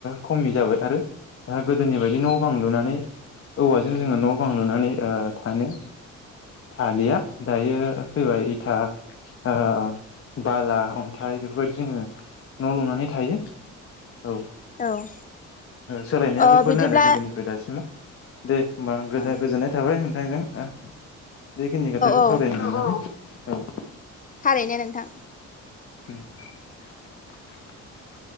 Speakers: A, on the left (about 45°); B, on the left (about 30°).
A: खमि जाबाय आरो दा गोदोनि बायदि न' बां लुनानै औवाजों जोङो न' बां लुनानै थानो थालिया दायो फैबाय इथा ओ बाला अन्थाइ बेफोरबायदि जोङो न' लुनानै थायो औ
B: औ
A: सोलायनाया
B: ओ
A: बेफोरनो
B: बिदिब्ला
A: आरो गोदोनिफ्राय दासिम दे होमबा आं गोदा
B: औ
A: गोजोन्नाय थाबाय होन नाइजों ओ बेखिनि खोथाखौ
B: औ
A: सावरायनो मोननानै औ औ औ
B: थारैनो नोंथां
A: उम